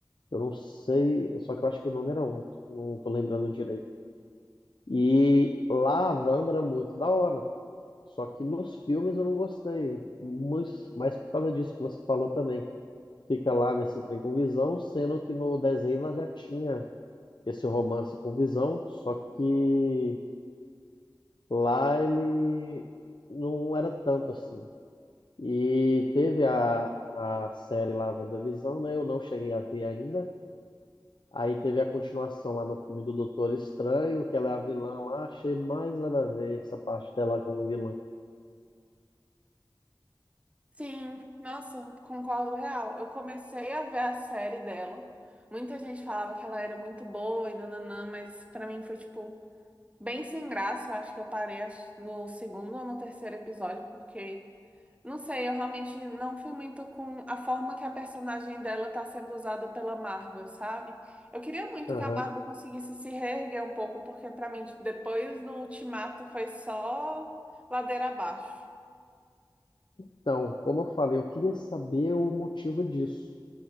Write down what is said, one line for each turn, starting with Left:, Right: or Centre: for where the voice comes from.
Left: Eu não sei, só que eu acho que o nome era outro. Não tô lembrando direito. E lá a Wanda era muito da hora. Só que nos filmes eu não gostei, mas, mas por causa disso que você falou também. Fica lá nesse trem com Visão, sendo que no desenho ela já tinha esse romance com Visão, só que lá ele não era tanto assim. E teve a, a série lá, WandaVisão, né? Eu não cheguei a ver ainda. Aí teve a continuação lá no filme do Doutor Estranho, que ela é a vilã lá. Achei mais nada a ver essa parte dela como vilã.
Right: Sim, nossa, concordo real. Eu comecei a ver a série dela. Muita gente falava que ela era muito boa e nananã, mas pra mim foi tipo bem sem graça. Eu acho que eu parei acho, no segundo ou no terceiro episódio, porque não sei, eu realmente não fui muito com a forma que a personagem dela tá sendo usada pela Marvel, sabe? Eu queria muito
Left: Aham.
Right: que a Marvel conseguisse se reerguer um pouco, porque pra mim tipo, depois do Ultimato foi só ladeira abaixo.
Left: Então, como eu falei, eu queria saber o motivo disso.